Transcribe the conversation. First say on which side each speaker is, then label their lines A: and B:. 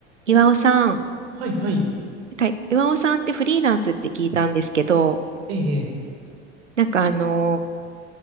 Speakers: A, on the right; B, on the right.
A: 岩尾さん、
B: はいはい。
A: なんか岩尾さんってフリーランスって聞いたんですけど、
B: ええ、ええ。
A: なんかあの、